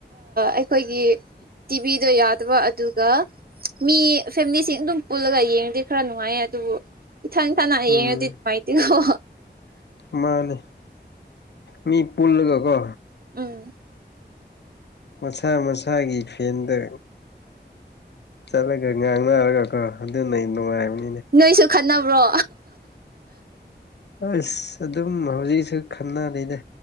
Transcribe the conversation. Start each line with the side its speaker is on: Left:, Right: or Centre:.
Right: ꯑꯩꯈꯣꯏꯒꯤ ꯇꯤꯚꯗꯣ ꯌꯥꯗꯕ ꯑꯗꯨꯒ ꯃꯤ ꯐꯦꯃꯤꯂꯤꯁꯤꯡ ꯑꯗꯨꯝ ꯄꯨꯜꯂꯒ ꯌꯦꯡꯉꯗꯤ ꯈꯔ ꯅꯨꯡꯉꯥꯏꯌꯦ ꯑꯗꯨꯕꯨ ꯏꯊꯟ ꯏꯊꯅ ꯍꯌꯦꯡꯉꯗꯤ
Left: ꯎꯝ
Right: ꯃꯥꯏꯇꯦꯣ
Left: ꯃꯥꯅꯤ ꯃꯤ ꯄꯨꯜꯂꯒ ꯀꯣ
Right: ꯎꯝ
Left: ꯃꯁꯥ ꯃꯁꯥꯒꯤ ꯐꯦꯟꯗ ꯆꯠꯂꯒ ꯉꯥꯡꯅꯔꯒ ꯑ ꯑꯗꯨꯅ ꯅꯨꯡꯉꯥꯏꯕꯅꯤ
Right: ꯅꯣꯏꯁꯨ ꯈꯠꯅꯕ꯭ꯔꯣ
Left: ꯑꯁ ꯑꯗꯨꯝ ꯍꯧꯖꯤꯛꯁꯨ ꯈꯟꯅꯔꯤꯅꯦ